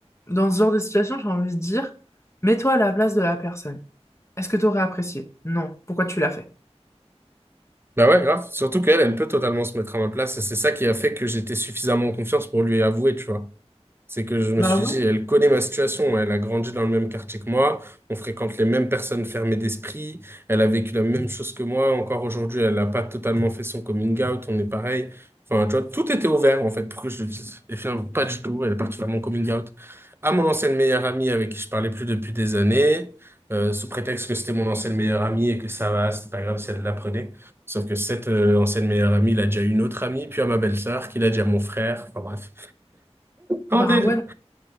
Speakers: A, on the left; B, on the right.
A: dans ce genre de situation, j'ai envie de dire, mets-toi à la place de la personne. Est-ce que tu aurais apprécié? Non. Pourquoi tu l'as fait?
B: Bah ouais, grave. Surtout qu'elle, elle peut totalement se mettre à ma place. Et c'est ça qui a fait que j'étais suffisamment en confiance pour lui avouer, tu vois. C'est que je me
A: Bah
B: suis
A: ouais,
B: dit, elle connaît ma situation, elle a grandi dans le même quartier que moi, on fréquente les mêmes personnes fermées d'esprit, elle a vécu la même chose que moi, encore aujourd'hui, elle n'a pas totalement fait son coming out, on est pareil. Enfin, tu vois, tout était ouvert, en fait, pour que je le dise. Et finalement, pas du tout, elle est partie faire mon coming out à mon ancienne meilleure amie avec qui je parlais plus depuis des années, euh, sous prétexte que c'était mon ancienne meilleure amie et que ça va, c'était pas grave si elle l'apprenait. Sauf que cette euh, ancienne meilleure amie, il a déjà une autre amie, puis à ma belle-sœur, qui l'a dit à mon frère, enfin bref. Bordel.
A: bah ouais,